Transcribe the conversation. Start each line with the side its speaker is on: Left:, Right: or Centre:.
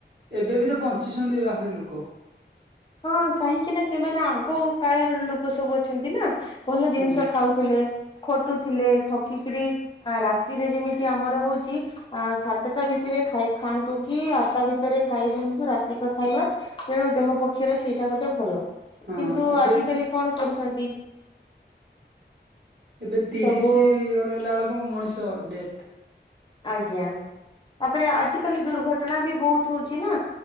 Right: ଏବେ ବି ତ ବଞ୍ଚିଛନ୍ତି ଆହୁରି ଲୋକ।
Left: ହଁ କାହିଁକି ନା ସେମାନେ ଆଗ କାଳର ଲୋକ ସବୁ ଅଛନ୍ତି ନା ଭଲ ଜିନିଷ
Right: ହଁ
Left: ଖାଉ ଥିଲେ ଖଟୁଥିଲେ ଥକିକିରି ଆ ରାତିରେ ଯେମିତି ଆମର ହଉଚି ଅ ସାତଟା ଭିତରେ ଖାଇ ଖାଆନ୍ତୁ କି ଆଠଟା ଭିତରେ ଖାଇଦିଅନ୍ତୁ ରାତିକ ଖାଇବା। ତେଣୁ ଦେହ ପକ୍ଷରେ ସେଇଟା ଗୋଟେ ଭଲ
Right: ହଁ
Left: କିନ୍ତୁ
Right: ଏବେ
Left: ଆଜିକାଲି କଣ କରୁଛନ୍ତି?
Right: ଏବେ ତିରିଶ
Left: ସବୁ
Right: ଇୟର ହେଲା ବେଳକୁ ମଣିଷ ଡେଥ।
Left: ଆଜ୍ଞା ତାପରେ ଆଜିିକାଲି ଦୁର୍ଘଟଣା ବି ବହୁତ ହଉଛି ନା।